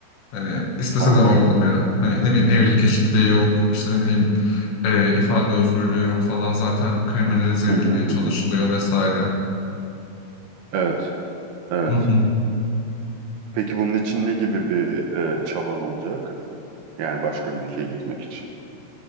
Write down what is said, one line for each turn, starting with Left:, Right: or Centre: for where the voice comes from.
Left: Hani istese
Right: Anlıyorum.
Left: de varlamıyor. Hani ne bileyim evlilik eşitliği yok. işte ne bileyim e, ifade özgürlüğü yok falan. Zaten kriminalize
Right: Hı
Left: edilmeye
Right: hı hı
Left: çalışılıyor
Right: hı.
Left: vesaire.
Right: Evet, evet.
Left: Hı hı.
Right: Peki bunun için ne gibi bir e, çaban olacak? Yani başka bir ülkeye gitmek için.